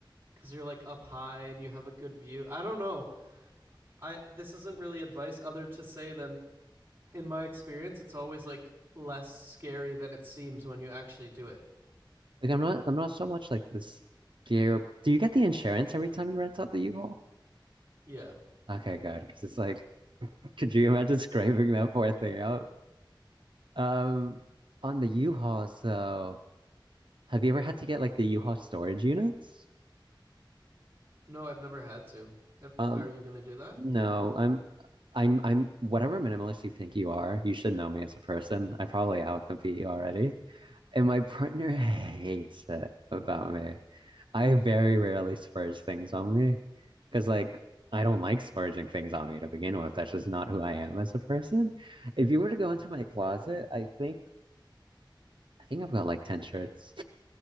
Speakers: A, on the right (about 25°); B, on the right (about 75°).
A: because you're like up high and you have a good view. I don't know. I this isn't really advice other to say than in my experience, it's always like less scary than it seems when you actually do it.
B: Like I'm not, I'm not so much like this gear. Do you get the insurance every time you rent out the U-Haul?
A: Yeah.
B: Okay, good. Because it's like, could you imagine scraping that poor thing up? Um, on the U-Haul, so have you ever had to get like the U-Haul storage units?
A: No, I've never had to. Have-
B: Um,
A: Are you gonna do that?
B: no, I'm, I'm, I'm whatever minimalist you think you are. You should know me as a person. I probably outcompete you already, and my partner <laughs> hates it about me. I very rarely splurge things on me because, like, I don't like splurging things on me to begin with. That's just not who I am as a person. If you were to go into my closet, I think I think I've got like 10 shirts.